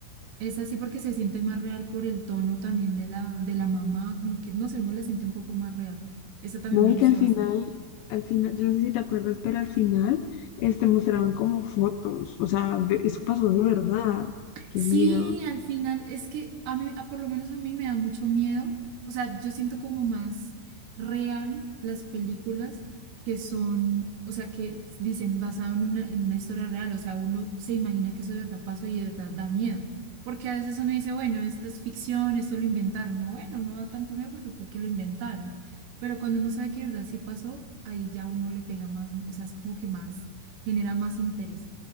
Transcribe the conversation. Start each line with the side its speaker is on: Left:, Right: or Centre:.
Right: Es así porque se siente más real por el tono también de la, de la mamá, como que, no sé, uno la siente un poco más real. esa también
Left: No,
Right: me
Left: y
Right: gustó
Left: que al final,
Right: bastante.
Left: al final, yo no sé si te acuerdas, pero al final, este, mostraban como fotos, o sea, de- eso pasó de verdad. Qué
Right: Sí,
Left: miedo.
Right: al final es que a mí, a- por lo menos a mí me da mucho miedo. O sea, yo siento como más real las películas que son, o sea, que dicen basado en una, en una historia real. O sea, uno se imagina que eso de verdad pasó y de verdad da miedo. Porque a veces uno dice, bueno, esto es ficción, esto lo inventaron. No, bueno, no da tanto miedo porque fue que lo inventaron. Pero cuando uno sabe que de verdad sí pasó, ahí ya uno le pega más, o sea, es como que más, genera más interés.